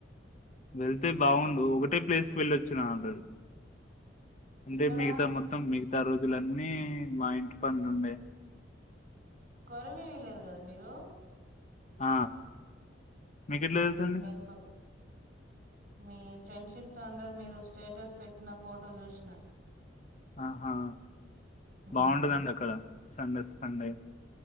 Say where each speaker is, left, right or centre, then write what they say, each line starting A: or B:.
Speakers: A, on the left (about 40°); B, on the right (about 45°).
A: వెళ్తే బావుండు ఒకటే ప్లేస్కి వెళ్ళొచ్చిన ఆల్రెడీ అంటే
B: ఎక్కడా
A: మిగతా మొత్తం మిగ్ మిగతా రోజులన్నీ మా ఇంటి పనులుండే
B: కొరవి వీయ లేదు కదా మీరు
A: ఆ మీకు
B: హమ్
A: ఎట్లా తెలుసండి
B: టెంపుల్ మీ ఫ్రెండ్షిప్ తో అందరు మీరు స్టేటస్ పెట్టిన ఫోటో చూసిన
A: ఆహా
B: మ్మ్
A: బాగుంటదండి అక్కడ సండేస్ సండే